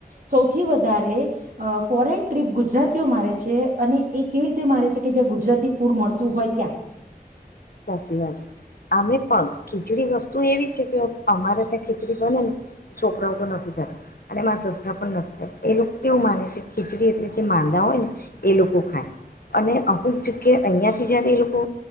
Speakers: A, on the right (about 60°); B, on the left (about 70°).
A: સૌથી વધારે ફોરેન ટ્રીપ ગુજરાત મારે છે અને એ કેવી રીતે મારે છે કે જ્યાં ગુજરાતી ફૂડ મળતું હોય ત્યાં
B: સાચી વાત છે. અમે પણ ખીચડી વસ્તુ એવી છે કે અમારે ત્યાં ખીચડી બને ને છોકરાઓ તો નથી થતા અને એમાં સસરા પણ નથી થતા એ લોકો કેવું માને છે ખીચડી એટલે જે માંદા હોય ને એ લોકો ખાય અને અમુક જ કે અહિયાં થી જયારે એ લોકો